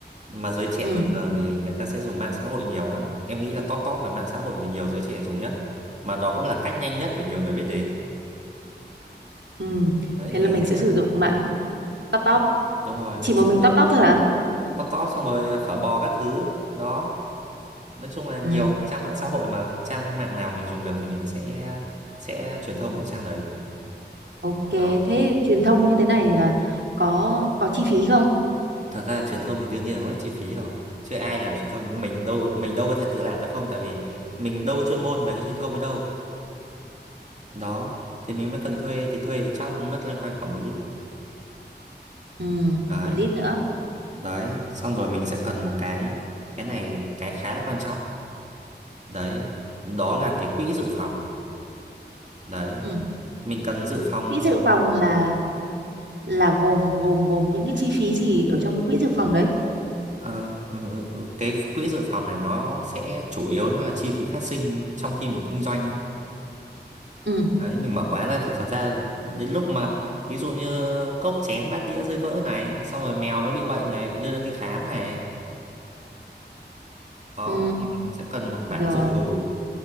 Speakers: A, on the right; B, on the right.
A: mà giới trẻ
B: ừ,
A: thường thường thì người ta sẽ dùng mạng xã hội nhiều lắm em nghĩ là top top là mạng xã hội nhiều giới trẻ dùng nhất mà nó cũng là cách nhanh nhất để nhiều người biết đến
B: ừ.
A: đấy
B: thế
A: thì mình
B: là mình
A: sẽ
B: sẽ sử dụng mạng top top
A: đúng rồi
B: chỉ
A: mình
B: một
A: sẽ
B: mình
A: giữ
B: top top thôi hả
A: top top xong rồi phở bò các thứ đó nói chung là nhiều
B: ừ.
A: trang mạng xã hội mà trang mạng nào mình dùng được thì mình sẽ sẽ truyền thông ở trang đấy
B: Ok,
A: đó
B: thế truyền thông như thế này là có có chi phí không?
A: thật ra là truyền thông thì đương nhiên là mất chi phí rồi chứ ai làm truyền thông mình đâu mình đâu có thể tự làm được không tại vì mình đâu có chuyên môn về cái truyền thông ấy đâu đó thì mình mới cần thuê thì thuê thì chắc mất loanh quanh khoảng một lít
B: Ừ,
A: đấy
B: một lít nữa.
A: đấy xong rồi mình sẽ cần một cái cái này cái khá là quan trọng đấy đó là cái quỹ dự phòng đấy
B: Ừ.
A: mình cần dự phòng
B: Quỹ dự phòng là là gồm gồm gồm những cái chi phí gì ở trong cái quỹ dự phòng đấy?
A: Ờ, đúng rồi, đúng rồi. cái quỹ dự phòng này nó sẽ chủ yếu nó là chi phí phát sinh trong khi mình kinh doanh ấy.
B: Ừ.
A: Đấy, mình mở quán ra thì thật ra đến lúc mà thí dụ như cốc chén bát đĩa rơi vỡ này, xong rồi mèo nó bị bệnh này, phải đưa nó đi khám này. Đó,
B: Ừ,
A: thì mình sẽ cần một khoản
B: rồi.
A: dự trù,